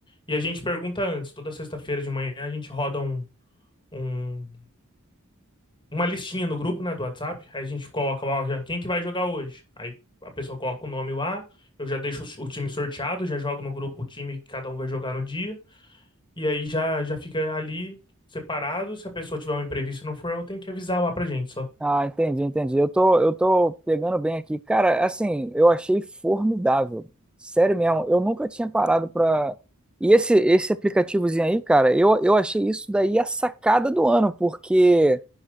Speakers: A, on the left; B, in the centre.
A: E a gente pergunta antes, toda sexta-feira de manhã a gente roda um, um- uma listinha no grupo, né, do WhatsApp. Aí a gente coloca lá, ó, já, quem que vai jogar hoje? Aí a pessoa coloca o nome lá, eu já deixo o, o time sorteado, já jogo no grupo o time que cada um vai jogar no dia. E aí já já fica ali separado. Se a pessoa tiver um imprevisto e não for, eu tenho que avisar lá pra gente só.
B: Ah, entendi, entendi. Eu tô, eu tô pegando bem aqui. Cara, assim, eu achei formidável. Sério mesmo, eu nunca tinha parado pra. E esse, esse aplicativozinho aí, cara, eu, eu achei isso daí a sacada do ano, porque